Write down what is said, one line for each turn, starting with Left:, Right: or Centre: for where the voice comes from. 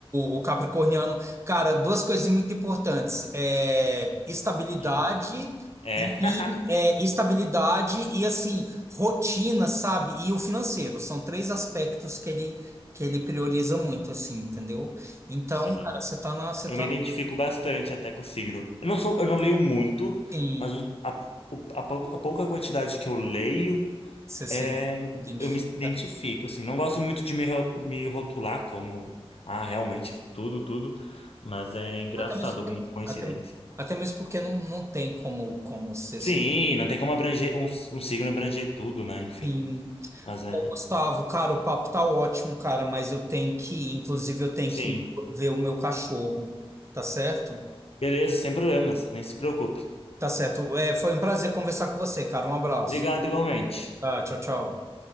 Right: o, o capricorniano. Cara, duas coisas muito importantes: é, estabilidade
Left: Uhum. É.
Right: e
Left: <laughs>
Right: é, estabilidade e assim, rotina, sabe? E o financeiro. São três aspectos que ele, que ele prioriza muito, assim, entendeu? Então,
Left: Sim.
Right: cara, você tá na, você
Left: Eu
Right: tá
Left: me
Right: no
Left: identifico bastante até com o signo. Eu não sou, eu não leio muito,
Right: fim.
Left: mas o- a, o- a pou- a pouca quantidade que eu leio,
Right: Você se
Left: é,
Right: identifica.
Left: eu me identifico, assim. Não gosto muito de me, ro- me rotular como, ah, realmente, tudo, tudo. Mas é engraçado
Right: Até mesmo
Left: algumas
Right: porque,
Left: coincidências.
Right: até, até mesmo porque não, não tem como, como ser
Left: Sim,
Right: seu.
Left: não tem como abranger, um, um signo abranger tudo, né? Enfim.
Right: Sim.
Left: Mas é.
Right: Ô, Gustavo, cara, o papo tá ótimo, cara, mas eu tenho que ir. Inclusive, eu tenho
Left: Sim.
Right: que ir ver o meu cachorro. Tá certo?
Left: Beleza, sem problemas. Nem se preocupe.
Right: Tá certo. É, foi um prazer conversar com você, cara. Um abraço.
Left: Obrigado igualmente.
Right: Tá, tchau, tchau.